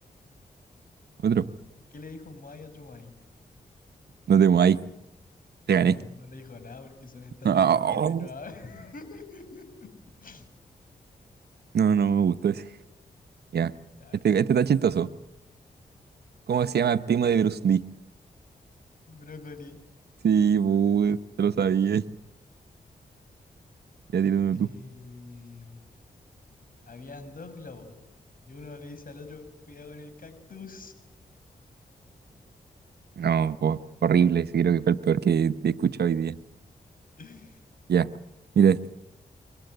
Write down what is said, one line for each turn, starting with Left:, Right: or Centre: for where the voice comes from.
Right: otro.
Left: ¿qué le dijo un Moai a otro Moai?
Right: No te ahí te
Left: No,
Right: gané. <laughs>
Left: no le dijo nada porque son estatuas
Right: No,
Left: de piedra y no hablan. <laughs>
Right: no me gustó ese. Ya,
Left: Ya,
Right: este, este está chistoso. ¿Cómo se llama el primo de Bruce Lee?
Left: brócoli.
Right: Sí, pues, te lo sabía. Ya tira uno
Left: Eh,
Right: tú.
Left: habían dos globos y uno le dice al otro, cuidado con el cactus.
Right: No, po- horrible. Ese creo que fue el peor que he escuchado hoy día.
Left: <laughs>
Right: Ya, mira este.